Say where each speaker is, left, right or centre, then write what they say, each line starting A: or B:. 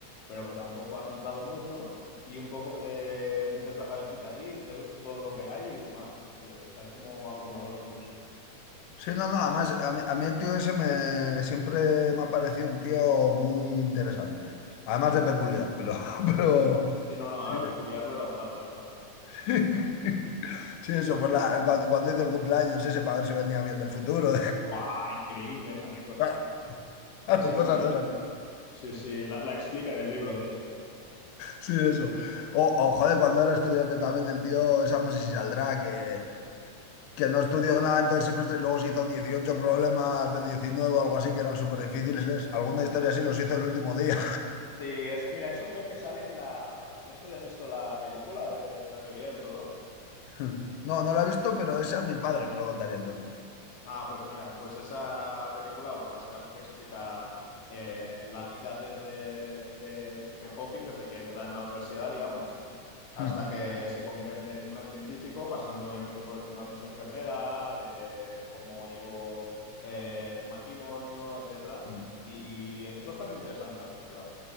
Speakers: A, on the left; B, on the left.
A: pero que tampoco has entrado mucho. Y un poco te metes la cabecita ahí, ves todo lo que hay y madre mía, tío. O sea, es como abrumador incluso.
B: no, no, además a mí, a mí el tío ese me, siempre me ha parecido un tío muy interesante, además de peculiar, pero, <laughs> pero
A: Sí, no, no,
B: sí,
A: a ver, peculiarlo era un rato, la verdad.
B: <laughs> sí,
A: Sí,
B: eso, Por
A: sí.
B: la, cuando, cuando hizo el cumpleaños ese para ver si venía alguien del futuro,
A: ¡Guau! Increíble esa anécdota,
B: <laughs>
A: ¿eh?
B: claro,
A: Es increíble
B: cosas de esas.
A: esa anécdota. Sí, sí, la, la explica en el libro, de hecho.
B: Sí, eso. O, o, joder, cuando era estudiante también el tío, esa no sé si saldrá, que, que no estudió nada en todo el semestre y luego se hizo 18 problemas de 19 o algo así que eran súper difíciles. Alguna historia así los hizo el último día.
A: Sí, eso, mira, eso creo que sale en la... No sé si has visto la película de La teoría del todo.
B: <laughs> No, no la he visto, pero esa mi padre me lo contaría entonces.
A: Ah, pues mira, pues esa película, bueno, básicamente explica eh, la vida desde de Stephen Hawking, desde que entra en la universidad, digamos,
B: Hmm.
A: hasta que se convierte en un gran científico, pasando obviamente por el tema de su enfermedad, de cómo llevó eh, el matrimonio, etcétera.
B: Mm,
A: Y es bastante interesante la película.